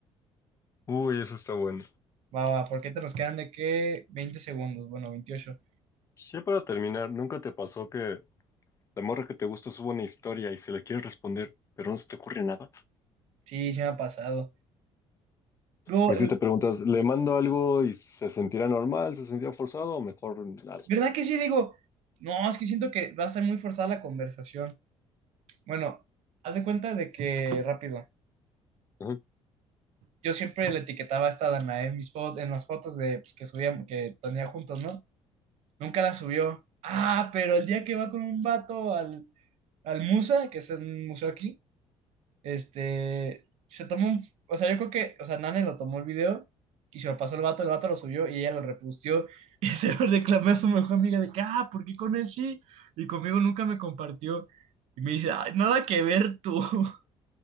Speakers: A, on the left; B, on the right.
A: Uy, eso está bueno.
B: Va, va, porque te nos quedan de qué 20 segundos, bueno, veintiocho
A: Ya para terminar, ¿nunca te pasó que La morra que te gustó sube una historia y se le quiere responder, pero no se te ocurre nada.
B: Sí, se me ha pasado. Luego,
A: Y
B: el-
A: si te preguntas, ¿le mando algo y se sentirá normal, se sentirá forzado o mejor nada?
B: ¿verdad que sí? Digo, no, es que siento que va a ser muy forzada la conversación. Bueno, haz de cuenta de que, rápido,
A: Ajá.
B: yo siempre le etiquetaba a esta Danae en mis fotos, en las fotos de, pues, que subíamos, que tenía juntos, ¿no? Nunca la subió. Ah, pero el día que va con un vato al, al Musa, que es un museo aquí, este, se toma un... O sea, yo creo que, o sea, Nane lo tomó el video y se lo pasó el vato, el vato lo subió y ella lo repustió y <laughs> se lo reclamé a su mejor amiga de que, ah, ¿por qué con él sí? Y conmigo nunca me compartió. Y me dice, "Ay, nada que ver tú. <laughs>